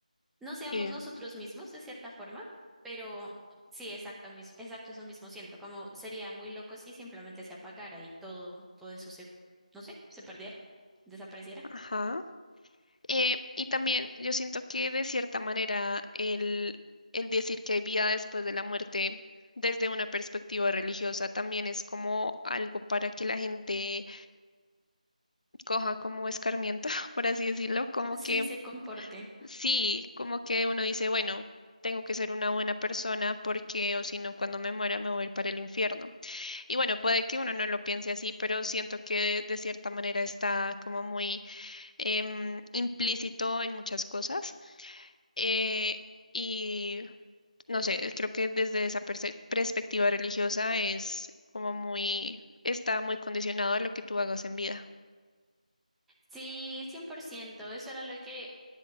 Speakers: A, in the centre; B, on the left.
A: no seamos
B: Y-
A: nosotros mismos de cierta forma, pero sí, exacto, mis- exacto, eso mismo siento, como sería muy loco si simplemente se apagara y todo, todo eso se, no sé, se perdiera, desapareciera.
B: Ajá.
A: <laughs>
B: Eh, y también yo siento que de cierta manera el, el decir que hay vida después de la muerte desde una perspectiva religiosa también es como algo para que la gente coja como escarmiento, <laughs> por así decirlo, como
A: Sí,
B: que
A: se comporte.
B: sí, como que uno dice, bueno, tengo que ser una buena persona porque o si no, cuando me muera me voy a ir para el infierno. Y bueno, puede que uno no lo piense así, pero siento que de, de cierta manera está como muy em, implícito en muchas cosas. Eh, y no sé, creo que desde esa perse- perspectiva religiosa es como muy, está muy condicionado a lo que tú hagas en vida.
A: Sí, cien por ciento. eso era lo que,